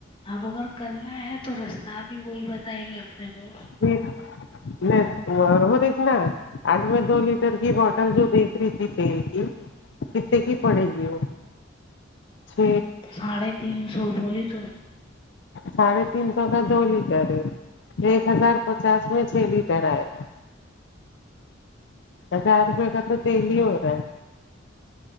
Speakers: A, on the left; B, on the left.
A: اب اگر کرنا ہے تو رستہ بھی وہی بتائیں گے اپنے کو
B: پھر نیٹورک اور وہ دیکھنا آج میں دو لیٹر کی بوٹل جو دیکھ رہی تھی تیل کی کتنے کی پڑے گی وہ چھ
A: ساڑھے تین سو بولی تو
B: ساڑھے تین سو کا دو لیٹر ہے ایک ہزار پچاس میں چھ لیٹر آئے گا ہزار روپئے کا تو ڈیلی ہو رہا ہے